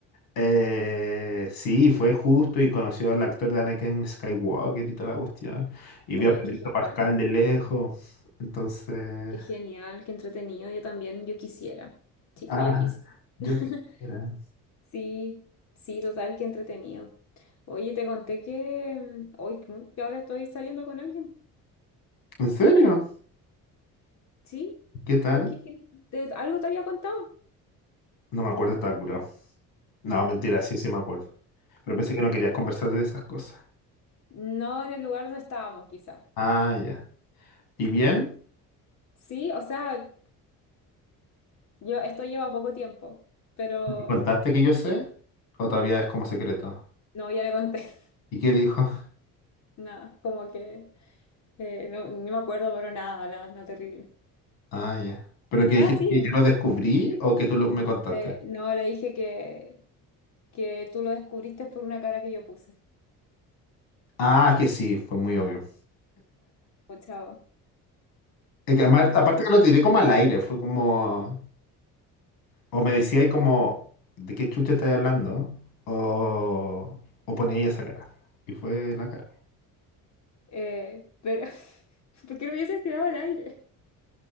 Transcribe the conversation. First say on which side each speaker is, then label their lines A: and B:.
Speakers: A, on the left; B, on the left.
A: Eh, sí, fue justo y conoció al actor de Anakin Skywalker y toda la cuestión. Y vio
B: Oh,
A: a
B: ¡Ay,
A: Pedrito
B: qué genial!
A: Pascal de lejos. Entonces,
B: ¡Qué genial! ¡Qué entretenido! Yo también, yo quisiera.
A: <laughs>
B: Chico,
A: ah,
B: yo quisiera.
A: yo
B: <laughs>
A: qué era.
B: Sí, sí, total, qué entretenido. Oye, te conté que mm, hoy mm, que ahora estoy saliendo con alguien.
A: ¿En serio?
B: Sí,
A: ¿Qué tal?
B: loquísimo. ¿Te- ¿Algo te había contado?
A: No me acuerdo, estaba curado. No, mentira, sí, sí me acuerdo. Pero pensé que no querías conversar de esas cosas.
B: No en el lugar donde estábamos, quizá.
A: Ah, ya. ¿Y bien?
B: Sí, o sea, yo, esto lleva poco tiempo, pero
A: ¿Me contaste que yo sé? ¿O todavía es como secreto?
B: no, ya le conté. <laughs>
A: ¿Y qué dijo?
B: Nada, como que eh, no, no me acuerdo, pero nada, nada, nada terrible.
A: Ah, ya. ¿Pero
B: O
A: que
B: sea,
A: dijiste
B: sí,
A: que yo lo descubrí o que tú lo- me contaste?
B: eh, no, le dije que, que tú lo descubriste por una cara que yo puse.
A: Ah, es que sí, fue muy obvio.
B: O chavo.
A: Es que amar- aparte que lo tiré como al aire, fue como... O me decía ahí como, ¿de qué chucha estáis hablando? O, o ponía ahí esa cara. Y fue la cara.
B: Eh, pero, <laughs> ¿por qué lo hubieses tirado al aire?